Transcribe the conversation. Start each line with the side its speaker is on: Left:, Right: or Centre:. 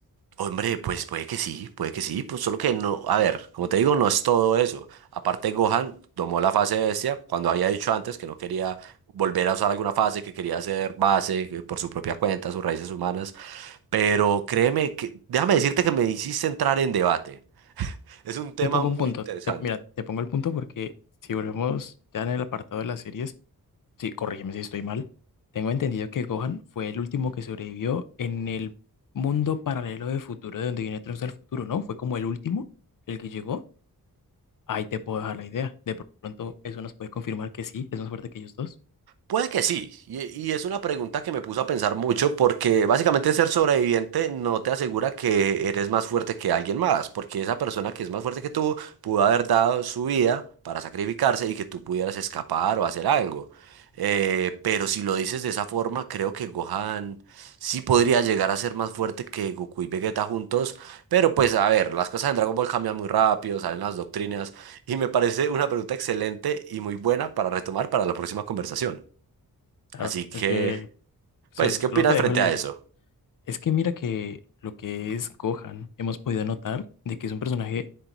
Right: hombre, pues puede que sí, puede que sí, pues solo que no, a ver, como te digo, no es todo eso. Aparte, Gohan tomó la fase bestia cuando había dicho antes que no quería volver a usar alguna fase, que quería hacer base que por su propia cuenta, sus raíces humanas. Pero créeme que, déjame decirte que me hiciste entrar en debate. Es un tema
Left: Te pongo
Right: muy
Left: un punto.
Right: interesante.
Left: Te- mira, te pongo el punto porque si volvemos ya en el apartado de las series, sí, corrígeme si estoy mal, tengo entendido que Gohan fue el último que sobrevivió en el mundo paralelo del futuro, de donde viene Trunks del futuro, ¿no? Fue como el último, el que llegó. Ahí te puedo dejar la idea. De pronto eso nos puede confirmar que sí, es más fuerte que ellos dos.
Right: Puede que sí, y, y es una pregunta que me puso a pensar mucho porque básicamente ser sobreviviente no te asegura que eres más fuerte que alguien más, porque esa persona que es más fuerte que tú pudo haber dado su vida para sacrificarse y que tú pudieras escapar o hacer algo. Eh, pero si lo dices de esa forma, creo que Gohan sí podría llegar a ser más fuerte que Goku y Vegeta juntos, pero pues a ver, las cosas en Dragon Ball cambian muy rápido, salen las doctrinas y me parece una pregunta excelente y muy buena para retomar para la próxima conversación.
Left: Claro,
Right: Así que,
Left: es que solo,
Right: pues, ¿qué
Left: solo
Right: opinas
Left: te dejo
Right: frente
Left: la
Right: a
Left: idea.
Right: eso?
Left: Es que mira que lo que es Gohan, hemos podido notar de que es un personaje